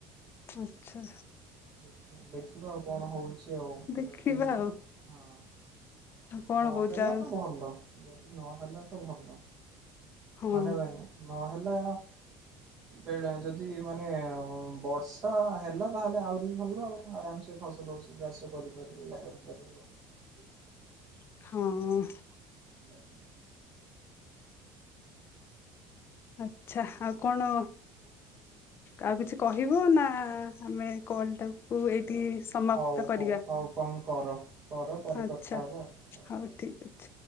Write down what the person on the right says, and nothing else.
ଦେଖିବା ଦେଖିବା ଆଉ କଣ ହଉଛି ଆଉ
ଯଦି
ହଁ
ଯଦି
ନହେଲା
ତ ଭଲ ଯଦି ନହେଲା ତ ଭଲ।
ମାନେ ଭ ନହେଲେ ବେଳେ ଯଦି ମାନେ ବର୍ଷା ହେଲା ତାହେଲେ ଆହୁରି ଭଲ ଆଉ ଆରାମସେ ଫସଲ ଫସଲ ଚାଷ କରିପାରିବେ ଇ କରିପାରିବୁ ଆଉ
ବ <unintelligible>
ହଉ
ହଉ ହଉ କଣ କର କର ପରେ
କଥା ହବା ହଉ।